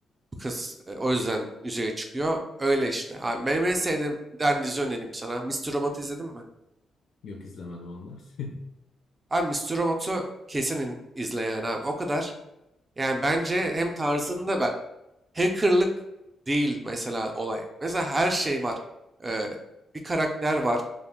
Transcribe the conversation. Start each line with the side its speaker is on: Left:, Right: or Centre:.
Right: Bu kız e, o yüzden yüzeye çıkıyor. Öyle işte. Abi, benim en sevdiğim bir tane dizi önereyim sana. Mister Robot'u izledin mi?
Left: Yok izlemedim onu da. <laughs> Hı
Right: Abi Mister Robot'u kesin in- izle yani abi. O kadar. Yani bence hem tarzında bak. Hackerlık değil mesela olay. Mesela her şey var. Ee, bir karakter var.